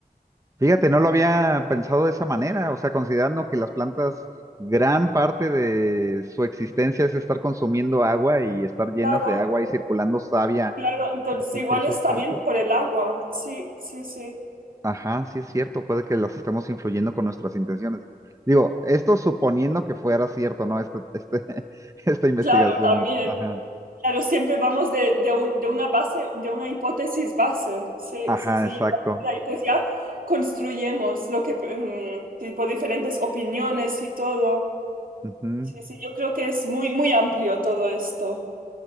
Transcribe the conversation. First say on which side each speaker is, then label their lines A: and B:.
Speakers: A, on the right; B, on the right.
A: Fíjate, no lo había pensado de esa manera, o sea, considerando que las plantas gran parte de su existencia es estar consumiendo agua y estar llenas
B: Claro,
A: de agua y circulando savia
B: claro, entonces
A: así
B: igual
A: por sus
B: es también
A: cuerpos.
B: por el agua, sí, sí, sí.
A: Ajá, sí es cierto, puede que las estemos influyendo con nuestras intenciones. Digo, esto suponiendo que fuera cierto, ¿no? Este, este, <laughs> esta investigación.
B: Claro, también.
A: Ajá,
B: Claro, siempre vamos de, de un- de una base, de una hipótesis base, sí,
A: ajá,
B: sí, sí.
A: exacto.
B: Y ahí pues ya construyemos lo que, mm, tipo, diferentes opiniones y todo.
A: Ujú.
B: Sí, sí, yo creo que es muy, muy amplio todo esto.